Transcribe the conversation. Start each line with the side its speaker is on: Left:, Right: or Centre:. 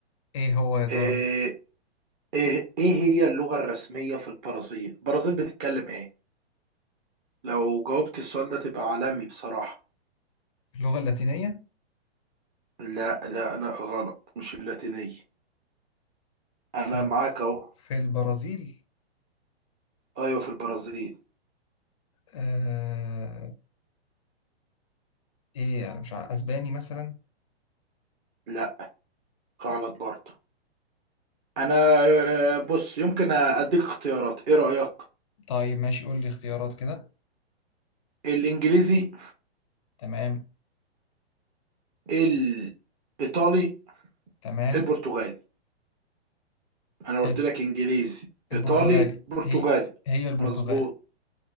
Left: ايه هو يا ترى
Right: إيه إيه إيه هي اللغة الرسمية في البرازيل؟ البرازيل بتتكلم إيه؟ لو جاوبت السؤال ده تبقى عالمي بصراحة
Left: اللغة اللاتينية
Right: لا لا لا غلط مش اللاتينية أنا
Left: في ال...
Right: معاك أهو
Left: في البرازيل
Right: أيوة في البرازيل
Left: آه... ايه يعني، مش عارف اسباني مثلا
Right: لا غلط برضه أنا آه، بص يمكن أديك اختيارات إيه رأيك
Left: طيب ماشي قول لي اختيارات كده
Right: الإنجليزي
Left: تمام
Right: الإيطالي
Left: تمام
Right: البرتغالي أنا قلت
Left: ال-
Right: لك إنجليزي
Left: البرتغالي
Right: إيطالي برتغالي
Left: هي هي البرتغالي
Right: مظبوط